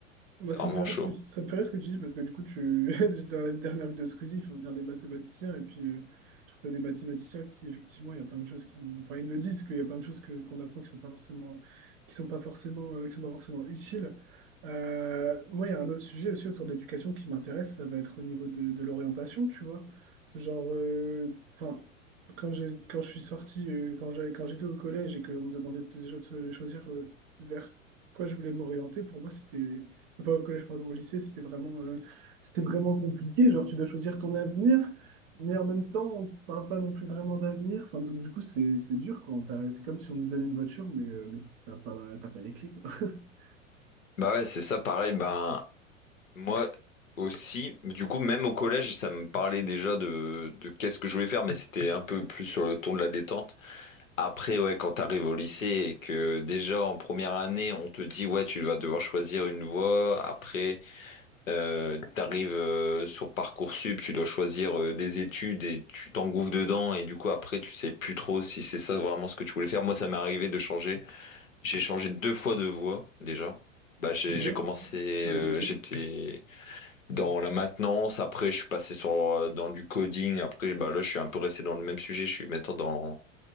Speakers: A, on the right; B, on the left.
A: Bah,
B: C'est
A: ça
B: vraiment
A: me fait rire
B: chaud.
A: ce que tu, ça me fait rire ce que tu dis parce que du coup, tu, <laughs> dans la dernière vidéo de Squeezie, il faut venir des mathématiciens et puis, euh, genre, t'as des mathématiciens qui, effectivement, il y a plein de choses qui, enfin, ils le disent qu'il y a plein de choses que, qu'on apprend qui sont pas forcément, qui sont pas forcément, euh, qui sont pas forcément utiles. Euh, moi, il y a un autre sujet aussi autour de l'éducation qui m'intéresse, ça va être au niveau de, de l'orientation, tu vois. Genre, euh, enfin, quand j'ai, quand je suis sorti, euh, quand j'ai, quand j'étais au collège et qu'on me demandait déjà de se- de choisir, euh, vers quoi je voulais m'orienter, pour moi, c'était pas au collège, pardon, au lycée, c'était vraiment, euh, c'était vraiment compliqué. Genre, tu dois choisir ton avenir, mais en même temps, on ne parle pas non plus vraiment d'avenir. Enfin, donc, du coup, c'est c'est dur quoi t'as- c'est comme si on te donnait une voiture, mais, euh, mais t'as pas, t'as pas les clés, quoi. <laughs>
B: Bah ouais, c'est ça, pareil. Ben moi aussi, du coup, même au collège, ça me parlait déjà de, de qu'est-ce que je voulais faire, mais c'était un peu plus sur le ton de la détente. Après, ouais, quand t'arrives au lycée et que déjà en première année, on te dit, ouais, tu vas devoir choisir une voie. Après, euh, t'arrives euh, sur Parcoursup, tu dois choisir euh, des études et tu t'engouffres dedans. Et du coup, après, tu sais plus trop si c'est ça vraiment ce que tu voulais faire. Moi, ça m'est arrivé de changer. J'ai changé deux fois de voie déjà. Bah, j'ai
A: Ok,
B: j'ai commencé,
A: ok,
B: euh,
A: ok.
B: j'étais dans la maintenance. Après, je suis passé sur euh, dans du coding. Après, bah là, je suis un peu resté dans le même sujet. Je suis maintenant dans